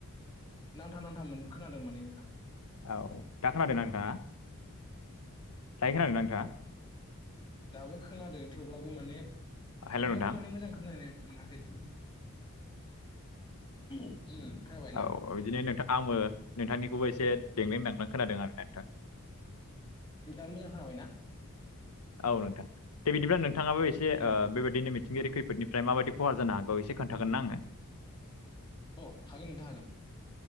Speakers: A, on the left; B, on the left.
A: नांथा नांथा मोन खोनादों माने नोंथां।
B: औ दा खोनादों नोंथाङा दायो खोनादों नोंथाङा?
A: दाबो खोनादों थेवब्लाबो माने
B: हेल'
A: थेवब्लाबो
B: नोंथां
A: माने मोजां खोनानाय मोनाखै उम खोनाबाय ना
B: औ औ बिदिनो नोंथां आङो नोंथांनिखौबो एसे देंलेंदांलां खोनादों आरोना नोंथां।
A: टा मोजां खोनाबायना?
B: औ नोंथां दे बिदिब्ला नोंथाङाबो एसे अ
A: औ
B: बेबायदिनो मिथि मिथिंगायारि खैफोदनिफ्राय माबायदि खहा जानो हागौ एसे खोन्थागोन ना आंनो।
A: अ हागोन नोंथां हागोन।